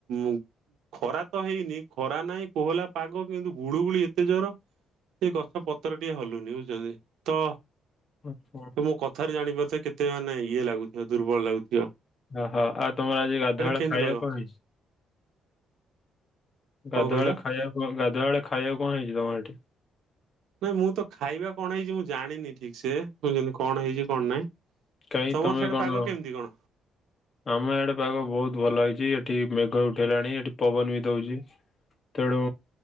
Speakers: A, on the right; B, on the left.
A: ଉ ଖରା ତ ହେଇନି ଖରା ନାଇଁ କୋହଲା ପାଗ କିନ୍ତୁ ଗୁଳୁ ଗୁଳି ଏତେ ଜୋର। ସେଇ ଗଛ ପତ୍ର ଟିକେ ହଲୁନି ବୁଝଛନ୍ତି ତ
B: ଆଚ୍ଛା।
A: ତ ମୋ କଥାରେ ଜାଣି ପାରୁଥିବେ କେତେ ମାନେ ଇଏ ଲାଗୁଥିବ ଦୁର୍ବଳ ଲାଗୁ
B: ହଁ ହଁ ଆଉ ତମର ଆଜି ଗାଧୁଆଳ
A: କେମିତି
B: ଖାଇବା
A: ପାଗ
B: କଣ ହେଇଚି?
A: କଣ
B: ଗାଧୁଆଳ
A: କହିଲ?
B: ଖାଇବାକୁ ଗାଧୁଆଳ ଖାଇବାକୁ କଣ ହେଇଛି ତମର ଏଠି?
A: ନାଇଁ ମୁଁ ତ ଖାଇବା କଣ ହେଇଛି ମୁଁ ଜାଣିନି ଠିକସେ କହୁଛନ୍ତି କଣ ହେଇଛି କଣ ନାଇଁ
B: କାହିଁ
A: ତମର
B: ତମେ
A: ସିଆଡେ
B: କଣ
A: ପାଗ କେମିତି କଣ?
B: ଆମ ଆଡେ ପାଗ ବହୁତ ଭଲ ହେଇ ଏଠି ମେଘ ଉଠେଇଲାଣି ଏଠି ପବନ ବି ଦଉଛି ତେଣୁ